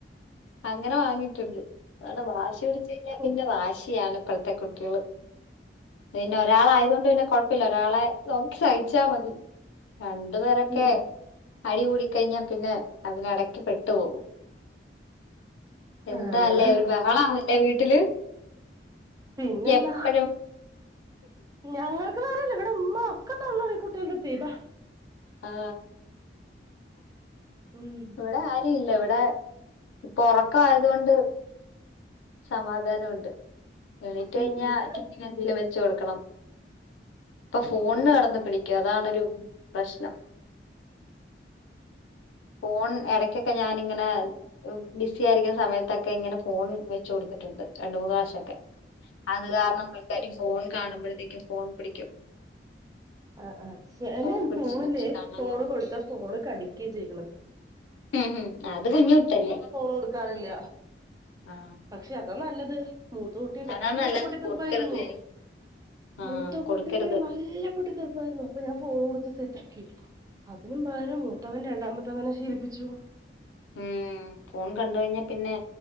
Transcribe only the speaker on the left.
അങ്ങനെ വാങ്ങ ആ വാശി പിടച്ച് കഴിഞ്ഞാ പിന്നെ
വാശിയാണ് ഇപ്പഴത്തെ കുട്ടികള് പിന്നെ ഒരാള ആയത കൊണ്ട് പിന്നെ കൊഴപ്പില്ല ഒരാളെ നോക്കി സഹിച്ചാ മതി രണ്ടു പേരൊക്കെ
അടി കൂടിക്കഴിഞ്ഞാ പിന്നെ അതിടക്ക് പെട്ടു പോകും എന്താല്ലേ
ഒരു ബാഹളാന്നല്ലേ വീട്ടില്
എപ്പഴും
ആ
ഇവിടെ ആര ഇല്ല ഇവിടെ ഇപ്പൊ ഉറക്ക ആയത കൊണ്ട് സമാധാനം ഉണ്ട് എണീറ്റ് കഴിഞ്ഞാ
എന്തെങ്കിലും വെച്ച് കൊടുക്കണം ഇപ്പൊ ഫോണ്
കടന്ന് പിടിക്കും അതാണരു പ്രശ്നം ഫോൺ ഇടക്കൊക്കെ ഞാനിങ്ങനെ ബിസി ആയിരിക്കുന്ന സമയത്തൊക്കെ ഇങ്ങനെ ഫോൺ വെ വ കൊടുത്തിട്ടുണ്ട് രണ്ടണ്ട് മൂന്ന് പ്രാവശ്യം ഒക്കെ അത് കാരണം പക്കാ ഫോൺ കാണുമ്പോഴത്തേക്കും ഫോൺ പിടിക്കും
ഫോൺ പിടിച്ച്
പിടിച്ച് കാണാൻ
നോക്കും
ഉം ഹ അത് കുഞ്ഞു കുട്ടല്ലേ
ആ
അതാ നല്ലത്
കൊടുക്കരുത് ഞാൻ. ആ
കൊടുക്കരുത്
ഉം ഫോൺ കണ്ട കഴിഞ്ഞാൽ പിന്നെ